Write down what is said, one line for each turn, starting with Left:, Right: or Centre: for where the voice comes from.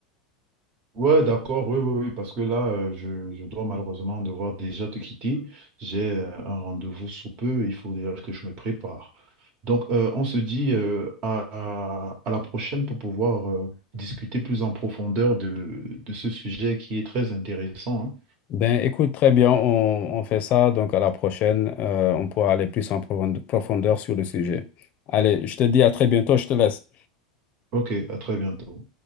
Right: Ouais, d'accord, oui, oui, oui, parce que là, euh, je, je dois malheureusement devoir déjà te quitter. J'ai euh, un rendez-vous sous peu, il faut déjà que je me prépare. Donc, euh, on se dit euh, à, à- à la prochaine pour pouvoir euh, discuter plus en profondeur de, de ce sujet qui est très intéressant.
Left: Ben, écoute, très bien, on, on fait ça. Donc, à la prochaine, euh, on pourra aller plus en profonde- profondeur sur le sujet. Allez, je te dis à très bientôt, je te laisse.
Right: hein. Ok, à très bientôt.